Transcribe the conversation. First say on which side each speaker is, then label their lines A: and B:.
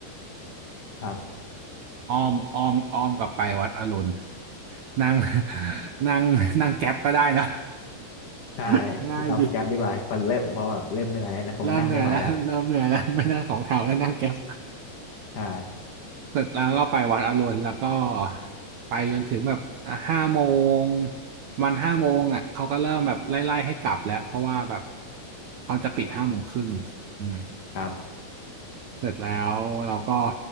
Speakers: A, on the left; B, on the right.
A: ครับ
B: อ้อมอ้อมอ้อมกลับไปวัดอรุณนั่ง <laughs> นั่งนั่งแก๊ปก็ได้นะ
A: ใช่
B: <laughs> ง่ายดี
A: เอาแก๊ปดีกว่าพอเริ่มเพราะแบบเริ่มเหนื่อยแล้วนะคงนั่งไม่ไหวแล้ว
B: เริ่มเหนื่อยแล้วเริ่มเหนื่อยแล้วไม่นั่งสองแถวแล้วนั่งแก๊ป
A: ใช่
B: เสร็จแล้วก็ไปวัดอรุณแล้วก็ไปจนถึงแบบห้าโมงวันห้าโมงอ่ะเขาก็เริ่มแบบไล่ๆให้กลับแล้วเพราะว่าแบบเขาจะปิดห้าโมงครึ่งอืม
A: ครับ
B: เสร็จแล้วเราก็